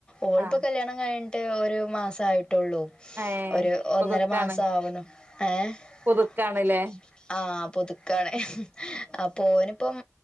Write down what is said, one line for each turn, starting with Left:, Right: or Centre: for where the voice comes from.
Left: ഓള്പ്പ
Right: ആഹ്
Left: ക്കല്ല്യാ ണം കൈഞ്ഞിട്ട് ഒരു മാസായിട്ടുള്ളൂ
Right: ഏഹ്
Left: ഒര് ഒന്നര
Right: പുതുക്കാണ്
Left: മാസാവണു ഏ <inaudible>
Right: പുതുക്കാണ്ല്ലേ
Left: ആഹ് പുതുക്കാണ് ഹ് അപ്പോനിപ്പം